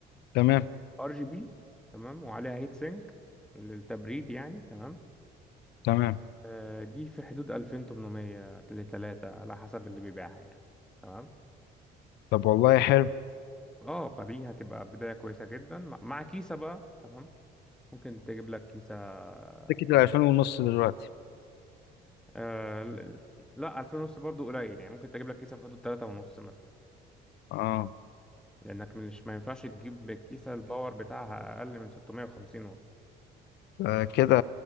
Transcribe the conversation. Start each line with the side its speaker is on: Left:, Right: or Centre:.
Left: تمام
Centre: ار جي بي تمام وعليها هيت سينك للتبريد يعني تمام
Left: تمام
Centre: آه، دي في حدود 2800 ل 3 على حسب اللي بيبيعها يعني تمام
Left: طب والله حلو
Centre: اه فدي هتبقى بداية كويسة جدا مع مع كيسة بقى تمام ممكن تجيب لك كيسة
Left: سكة
Centre: يعني،
Left: الألفين ونص دلوقتي
Centre: آه ل- لا 2000 ونص برضو قليل يعني ممكن تجيب لك كيسة في حدود 3 ونص مثلا
Left: اه
Centre: لأنك مش ما ينفعش تجيب الكيسة الباور بتاعها أقل من 650 واط
Left: آه، كده